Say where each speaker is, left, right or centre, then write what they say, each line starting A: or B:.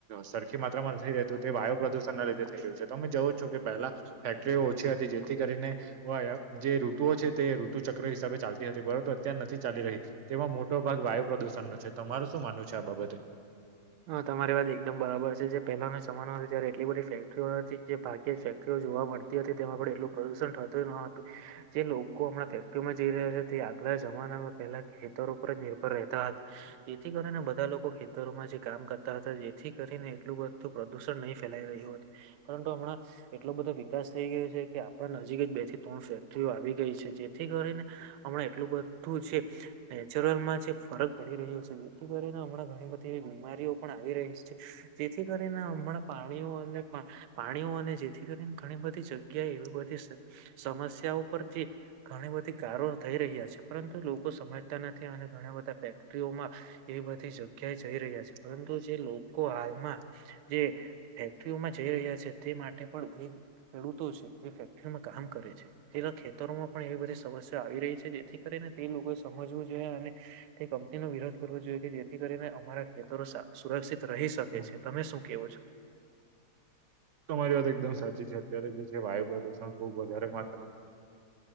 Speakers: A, on the right; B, on the right.
A: સરખી માત્રામાં થઈ રહે હતું તે વાયુ પ્રદુષણ ના લીધે થઈ રહ્યું છે તો તમે જવું. જો કે પહેલા ફેક્ટરીઓ ઓછી હતી જેથી કરીને <inaudible> જે ઋતુઓ તે ઋતુ ચક્ર હિસાબે ચાલતી હતી પરંતુ અત્યાર નથી ચાલી રહી તેમાં મોટો ભાગ વાયુ પ્રદુષણ નો છે તમારું શું માનવું છે આ બાબતે?
B: હા તમારી વાત એકદમ બરાબર છે જે પહેલાનો જમાનો હતો ત્યારે એટલી બધી ફેક્ટરીઓ હતી જે ભાગ્ય ફેક્ટરીઓ જોવા મળતી. હતી તેમાં પણ પ્રદુષણ ન હતું જે લોકો લોકો હમણાં ફેક્ટરીઓમાં જઈ રહ્યા છે તે આગળ જમાનામાં પેલા ખેતર ઉપર જ નિર્ભર રહેતા જેથી કરીને બધા લોકો ખેતરોમાં જે કામ કરતા હતા જેથી કરીને એટલું બધું પ્રદુષણ નહીં ફેલાઈ રહ્યું હતું પરંતુ હમણાં. એટલો બધો વિકાસ થઈ ગયો છે કે આપણા નજીક જ બે થી ત્રણ ફેક્ટરીઓ આવી ગઈ છે જે થી કરીને હમણાં એટલું બધું છે. નેચરલ માં જે ફરક પડી રહ્યો છે જેથી કરીને હમણાં ઘણી બધી એ બીમારી. ઓ પણ આવી રહી છે જેથી કરીને હમણાં પાણીઓ અને પાણીઓ અને જેથી ઘણી બધી જગ્યા એવી બધી સમસ્યાઓ પરથી ઘણી બધી કારો થઈ રહ્યા છે પરંતુ લોકો સમજતા નથી અને ઘણા બધા <unintelligible> એ બધી જગ્યાએ જઈ રહ્યા છે પરંતુ જે લોકો હાલમાં જે ફેક્ટરીઓમાં જઈ રહ્યા છે તે માટે પણ ખેડૂતો છે જે ફેક્ટરીમાં કામ કરે છે તેના ખેતરોમાં પણ એવી બધી સમસ્યા આવી રહી છે જેથી કરીને તે લોકોએ સમજવું જોઈએ અને તે કંપનીનો વિરોધ. કરવું જોઈએ કે જેથી કરીને અમારા ખેતરો સુરક્ષિત રહી શકે
A: હમ.
B: છે તમે શું કેવો છો
A: તમારી વાત એકદમ સાચી છે અત્યારે જે છે વાયુ પ્રદુષણ ખુબ વધારે માત્રામાં.